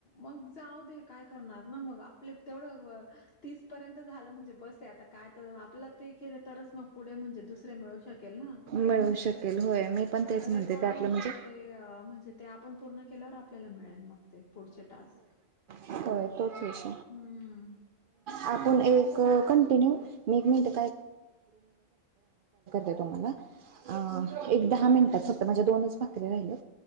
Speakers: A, on the left; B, on the right.
A: मग जाऊ दे काय करणार ना मग आप तेवढं तीस पर्यंत झालं म्हणजे बस आहे आता काय तर आपलं ते केले तरच मग पुढे म्हणजे दुसरे मिळू शकेल ना
B: मिळू शकेल होय मी पण तेच म्हणते
A: रेकॉर्डिंग
B: त्यातलं म्हणजे
A: वगैरे म्हणजे ते आपण पूर्ण केल्यावर आपल्याला मिळेल मग ते पुढचे टास्क
B: हय तोच यश
A: हम्म
B: आपण एक कण ी क त दहा मिनिटात फक्त माझ्या दोनच भाकरी राहिले